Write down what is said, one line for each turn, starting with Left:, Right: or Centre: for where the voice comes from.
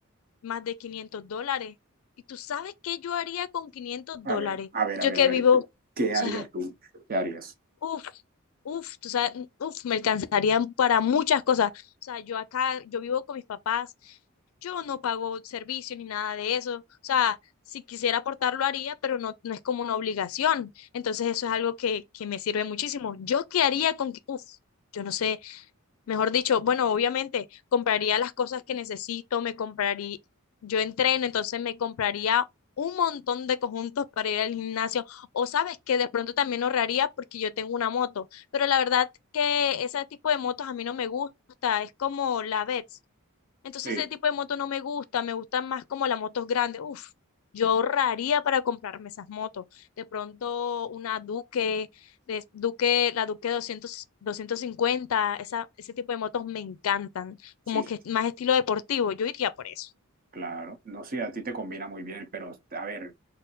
Left: más de 500 dólares. ¿Y tú sabes qué yo haría con 500
Right: A
Left: dólares?
Right: ver, a ver,
Left: Yo
Right: a ver,
Left: que
Right: a ver,
Left: vivo... O
Right: ¿qué harías
Left: sea,
Right: tú? ¿Qué harías?
Left: Uf, uf, tú sabes, mm, uf, me alcanzarían para muchas cosas. O sea, yo acá, yo vivo con mis papás, yo no pago servicio ni nada de eso. O sea, si quisiera aportar lo haría, pero no, no es como una obligación. Entonces eso es algo que, que me sirve muchísimo. ¿Yo qué haría con, que- uf, yo no sé, Mejor dicho, bueno, obviamente compraría las cosas que necesito, me compraría, yo entreno, entonces me compraría un montón de conjuntos para ir al gimnasio. O sabes que de pronto también ahorraría porque yo tengo una moto, pero la verdad que ese tipo de motos a mí no me gusta, es como la Vets. Entonces
Right: Sí,
Left: ese tipo de moto no me gusta, me gustan más como las motos grandes. Uf, yo ahorraría para comprarme esas motos. De pronto una Duque, de- Duque, la Duque 200, 250, esa, ese tipo de motos me encantan, como
Right: sí, sí,
Left: que más
Right: sí,
Left: estilo deportivo, yo iría por eso.
Right: claro. No sé, a ti te combina muy bien, pero a ver,